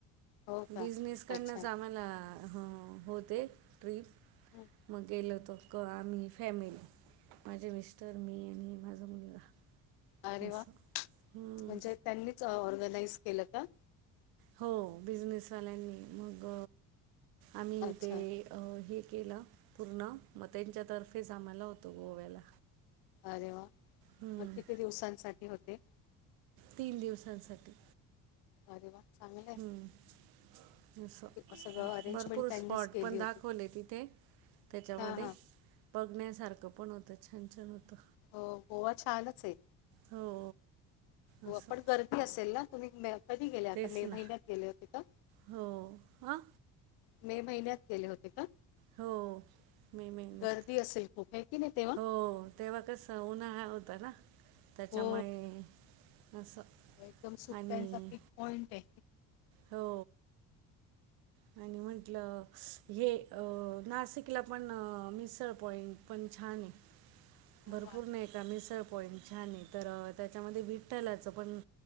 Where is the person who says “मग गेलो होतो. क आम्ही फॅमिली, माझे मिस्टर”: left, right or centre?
Right